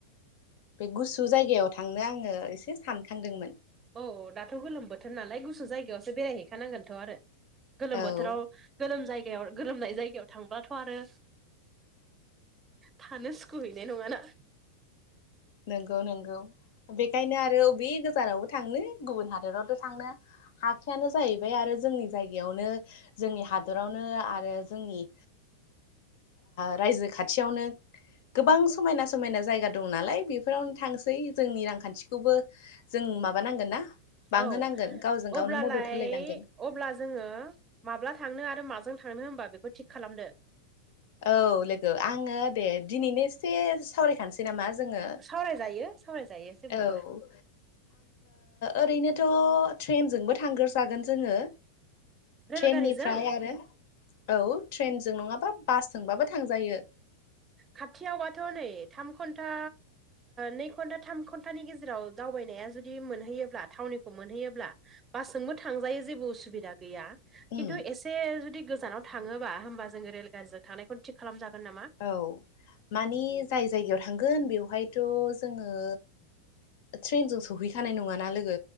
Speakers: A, on the left; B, on the right.
A: बे गुसु जायगायाव थांनो आङो एसे सानखांदोंमोन।
B: औ औ दाथ' गोलोम बोथोर नालाय गुसु जायगायावसो बेरायहैखानांगोनथ' आरो गोलोम
A: औ
B: बोथोराव गोलोम जायगायाव गोलोमनाय जायगायाव थांब्लाथ' आरो थानो सुखुहैनाय नङाना।
A: नंगौ नंगौ बेखायनो आरो अबे गोजानावबो थांनो गुबुन हादरावथ' थांनो हाखायानो जाहैबाय आरो जोंनि जायगायावनो जोंनि हादरावनो आरो जोंनि रायजो खाथियावनो गोबां समायना समायना जायगा दं नालाय। बेफोरावनो थांसै जोंनि रांखान्थिखौबो जों मा माबानांगोन ना बांहोनांगोन
B: औ
A: गावजों
B: अब्लालाय
A: गावनो मदद होलायनांगोन।
B: अब्ला जोंङो माब्ला थांनो आरो माजों थांनो हबा बेखौ थिग खालामदो।
A: औ लोगो आंङो दे दिनैनो एसे सावरायखानोसै नामा जोंङो।
B: सावरायजायो सावरायजायो। जेबो
A: औ।
B: नङा
A: ओरैनोथ' ट्रेनजोंबो थांग्रजागोन जोंङो।
B: रेलगारिजों
A: ट्रेननिफ्राय आरो औ ट्रेनजों नंङाबा बासजोंबाबो थांजायो।
B: खाथियावबाथ' नै थाम घन्टा नै घन्टा थाम घन्टानि गेजेराव दावबायनाया जुदि मोनहैयोब्ला थावनिखौ मोनहैयोब्ला बासजोंबो थांजायो जेबो उसुबिदा गैया।
A: उम
B: खिन्थु एसे जुदि गोजानाव थांङोबा होमबा जोंङो रेलगारिजों थांनायखौनो थिग खालामजागोन नामा?
A: औ माने जाय जायगायाव थांगोन बेवहायथ' जोंङो ट्रेनजों सौहैखानाय नंङाना लोगो